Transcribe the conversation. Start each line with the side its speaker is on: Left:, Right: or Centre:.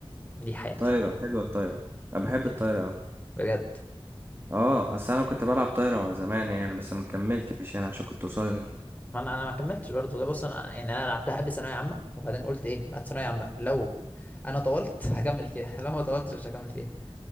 Left: دي حياتي
Right: طايرة حلوة الطايرة أنا بحب
Left: أنت
Right: الطايرة أوي
Left: بجد
Right: اه أصل أنا كنت بلعب طايرة زمان يعني بس ما كملتش يعني عشان كنت قصير
Left: ما انا انا ما كملتش برضه ده بص انا يعني انا لعبتها قبل ثانويه عامه وبعدين قلت ايه بعد ثانويه عامه لو انا طولت هكمل فيها <laughs> لو ما طولتش مش هكمل فيها